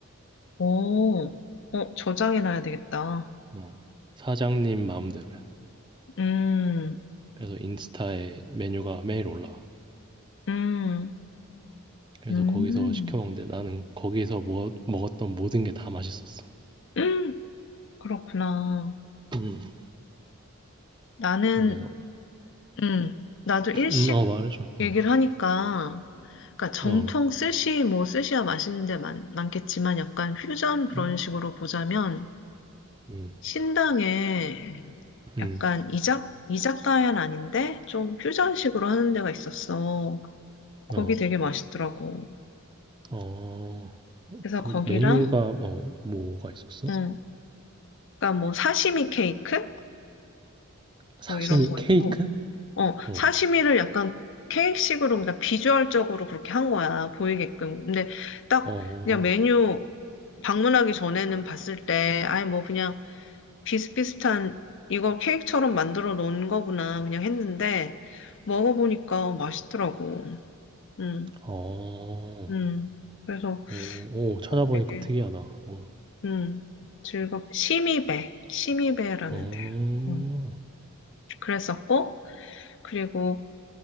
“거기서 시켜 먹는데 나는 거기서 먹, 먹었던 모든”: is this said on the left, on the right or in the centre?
Right